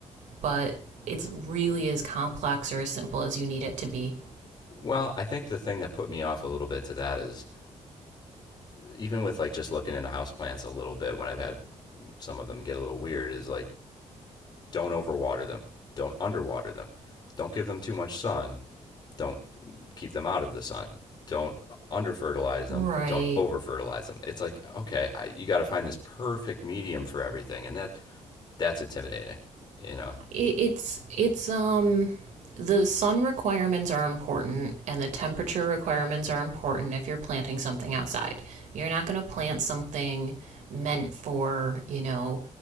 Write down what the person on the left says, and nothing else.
Well, I think the thing that put me off a little bit to that is even with like just looking into houseplants a little bit when I've had some of them get a little weird is like don't overwater them, don't underwater them, don't give them too much sun Don't keep them out of the sun. Don't under fertilize them,
but don't over fertilize them. It's like okay, I, you got to find this perfect medium for everything, and that that's intimidating. You know,